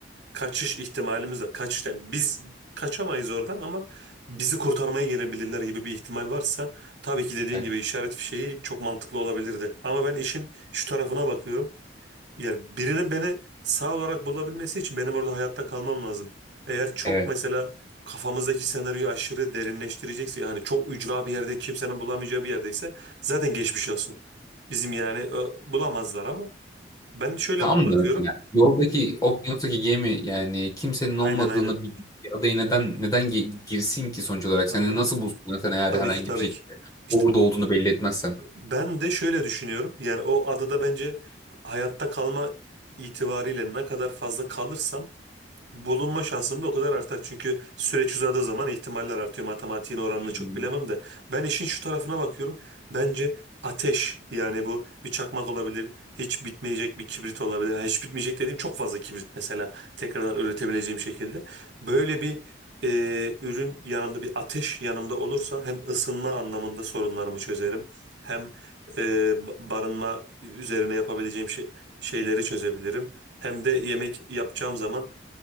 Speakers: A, on the right; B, on the left.
A: kaçış ihtimalimiz var. Kaçış yani biz kaçamayız oradan ama bizi kurtarmaya gelebilirler gibi bir ihtimal varsa tabii ki dediğin
B: Evet.
A: gibi işaret fişeği çok mantıklı olabilirdi. Ama ben işin şu tarafına bakıyorum. Yani birinin beni sağ olarak bulabilmesi için benim orada hayatta kalmam lazım. Eğer çok
B: Evet.
A: mesela kafamızdaki senaryoyu aşırı derinleştirecekse yani çok ücra bir yerde kimsenin bulamayacağı bir yerdeyse zaten geçmiş olsun. Bizim yani e, bulamazlar ama ben şöyle
B: Tam
A: bakıyorum.
B: da mesela yoldaki okyanustaki gemi yani kimsenin olmadığını
A: Aynen aynen.
B: bildiği bir adaya neden neden ge- girsin ki sonuç olarak?
A: Aha,
B: Seni nasıl bulsunlar sen eğer
A: tabii
B: herhangi
A: ki tabii
B: bir şekilde
A: ki. İşte
B: orada olduğunu belli etmezsen?
A: ben de şöyle düşünüyorum. Yani o adada bence hayatta kalma itibariyle ne kadar fazla kalırsam Bulunma şansım da o kadar artar. Çünkü süreç uzadığı zaman ihtimaller artıyor. Matematiğin oranını
B: Hmm.
A: çok bilemem de. Ben işin şu tarafına bakıyorum. Bence ateş yani bu bir çakmak olabilir. Hiç bitmeyecek bir kibrit olabilir. Ha, Hiç bitmeyecek dediğim çok fazla kibrit mesela. Tekrardan üretebileceğim şekilde. Böyle bir e, ürün yanımda bir ateş yanımda olursa hem ısınma anlamında sorunlarımı çözerim. Hem e, ba- barınma üzerine yapabileceğim şey, şeyleri çözebilirim. Hem de yemek yapacağım zaman